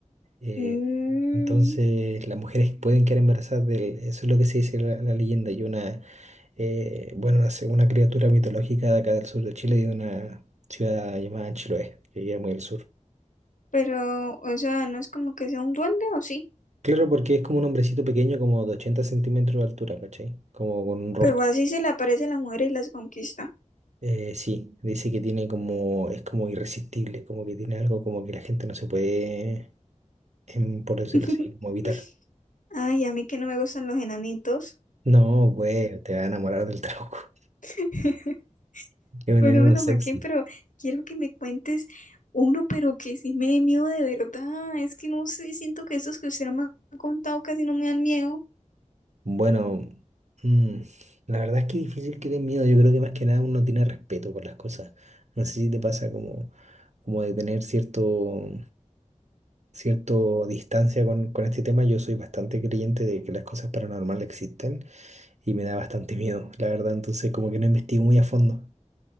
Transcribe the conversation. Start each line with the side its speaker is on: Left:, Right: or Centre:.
Right: Eh,
Left: Mm,
Right: entonces las mujeres pueden quedar embarazadas de él. Eso es lo que se dice la, la leyenda. Y una, eh, bueno, una, se- una criatura mitológica de acá del sur de Chile, de una ciudad llamada Chiloé, que queda muy al sur.
Left: pero, o sea, no es como que sea un duende o sí.
Right: Claro, porque es como un hombrecito pequeño, como de 80 centímetros de altura, ¿cachai? Como con un rostro.
Left: Pero así se le aparece a la mujer y las conquista.
Right: Eh, sí, dice que tiene como, es como irresistible, como que tiene algo como que la gente no se puede, em, por decirlo
Left: <laughs>
Right: así, como evitar.
Left: Ay, a mí que no me gustan los enanitos.
Right: No, pues, te va a enamorar del trago. <laughs>
Left: <laughs>
Right: Es un
Left: Bueno,
Right: enano
Left: bueno,
Right: sexy.
Left: Joaquín, pero quiero que me cuentes uno, pero que sí me dé miedo de verdad. Es que no sé, siento que esos que usted no me ha contado casi no me dan miedo.
Right: Bueno, mm, la verdad es que es difícil que den miedo. Yo creo que más que nada uno tiene respeto por las cosas. No sé si te pasa como, como de tener cierto. cierto distancia con, con este tema, yo soy bastante creyente de que las cosas paranormales existen y me da bastante miedo, la verdad, entonces como que no investigo muy a fondo.